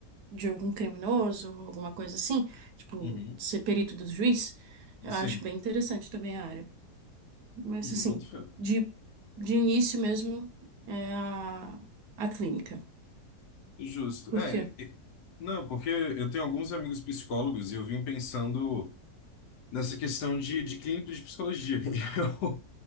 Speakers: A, on the right; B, on the left.
A: de algum criminoso, alguma coisa assim, tipo,
B: uhum,
A: ser perito do juiz, eu
B: sim.
A: acho bem interessante também a área. Mas,
B: Hum,
A: assim,
B: eu boto fé.
A: de, de início mesmo é a, a clínica.
B: Justo.
A: Por
B: É,
A: quê?
B: e- não, porque eu tenho alguns amigos psicólogos e eu vim pensando nessa questão de, de clínica de psicologia. <laughs>